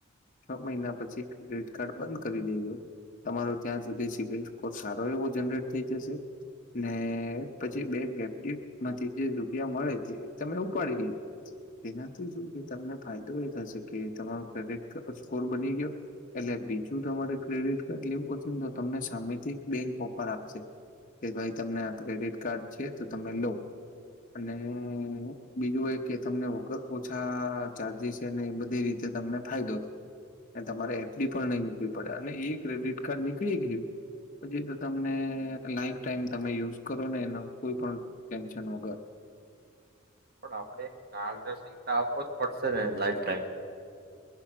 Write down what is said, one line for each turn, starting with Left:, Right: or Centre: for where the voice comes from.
Left: છ મહિના પછી ક્રેડિટ કાર્ડ બંધ કરી દેજો તમારો ત્યાં સુધી સિવિલ સ્કોર સારો એવો જનરેટ થઈ જશે ને પછી બે ગેપડીટ માંથી જે રૂપિયા મળે તે તમે ઉપાડી લેજો તેનાથી શું છે તમને ફાયદો એ થશે કે તમારોું ક્રેડિટ સ્કોર બની ગયો એટલે બીજું તમારે ક્રેડિટ કાર્ડ લેવું પશે ને તો તમને સામેથી બેંક ઓફર આપશે કે ભાઈ તમને આ ક્રેડિટ કાર્ડ છે તો તમે લો અને બીજું એ કે તમને વગર ઓછા ચાર્જિસ છેને એ બધી રીતે તમને ફાયદો થાય અને તમારે એફડી પણ નહીં મુૂકવી પડે અને એ ક્રેડિટ કાર્ડ નીકળી ગયું પછી તો તમને લાઈફ ટાઈમ તમે યુઝ કરો ને એનો કોઈ પણ ટેન્શન વગર
Right: પણ આપણેે ચાર્જ ને સતા આપવો જ પડશે ને લાઈફ ટાઈમ.